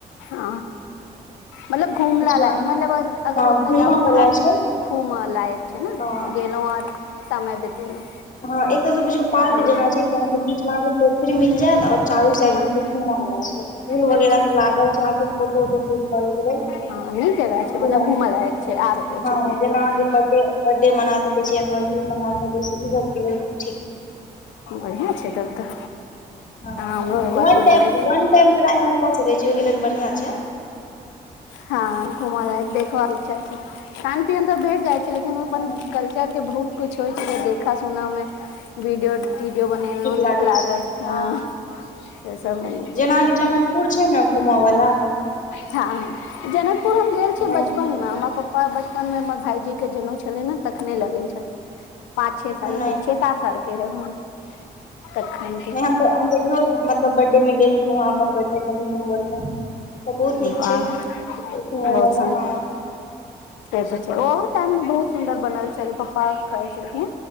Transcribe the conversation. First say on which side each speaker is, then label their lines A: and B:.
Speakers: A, on the left; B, on the left.
A: ह मतलब घुमला लायक
B: मे
A: मतलब अगर
B: हँ
A: ओतऽ
B: घूमऽ
A: जाउ त
B: वला
A: अहाँ
B: छै
A: घूमत लायक छै ने
B: हँ
A: गेलौ आर समय बितेलहुँ
B: ह एत तऽ बुझियो पार्क
A: हँ
B: जेना छैहं के बीच मे अहाँ के पोखरि मिल जेएत और चारू साइड
A: हूँ
B: अहं के घुमवला छै फुल
A: अच्छा
B: वगैरह सब लागल छै फोटो उोटो शूट करैके लेल
A: हँ नीक जगह छै मतलब
B: जेना
A: घूमय लायक छै आर छै
B: हँ
A: घूम
B: जेना
A: ल ओते
B: अहाँके बर्थडे बर्थडे मना सकै छी एनिवर्सरी मना सकै छी ई सबके लेल ठीक
A: बढ़िआं छै तब तऽ
B: हँ
A: हमरो एक बार
B: वन
A: सोचबै
B: टाइम वन टाइम ट्राय‌ कसकै छी ओय‌ के लेल बढ़ियां छै
A: हँ घुमा लायक देखब च खान पियन तऽ भेट जाइ छै लेकिन
B: हँ
A: ओ अपन कल्चर के बहुत कुछ होइ छै देखा सुना मे वीडियो टीडियो बनेलौ नीक
B: लागै
A: लागल
B: छै
A: ह
B: हँ
A: से सब <unintelligible> छै
B: जेना अहाँके जनकपुर छै ने घूमऽ वला
A: हँ जनकपुर हम गेल छी
B: नहि
A: बचपनमे हमर प्पा पा बचपन मे हमर भाईजी के जनउ छले ने तखने लगेल छल पाँच छे सालके
B: हाँ,
A: छे सात साल के हेभ हम तखन के
B: नै हम तऽ हम तऽ इहो मतलब बर्थडे मे गेल छलौ वहाँ अपन बर्थडे मे दिसम्बर मे तऽ बहुत
A: वाह
B: नीक छै घुमय
A: बहुत
B: वला हँ
A: <unintelligible> से ओहो टाइम मे बहुत सुन्दर बनल छलै पप्पा कहै छलखिन